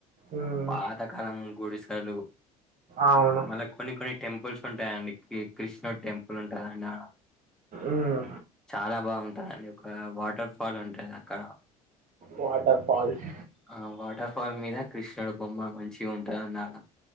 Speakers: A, on the right; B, in the centre.
A: ఉమ్,
B: పాతకాలం గుడిసలు
A: అవును
B: మళ్ళ కొన్ని కొని టెంపుల్స్ ఉంటాయండి కృష్ణ టెంపుల్ ఉంటాదండి ఆడ
A: ఉమ్,
B: చాలా బాగుంటదండి ఒక వాటర్ ఫాల్ ఉంటాది అక్కడ
A: వాటర్ ఫాల్స్
B: ఆ వాటర్ ల్ మీద కృష్ణుడు బొమ్మ మంచి ఉంటందని ఆడ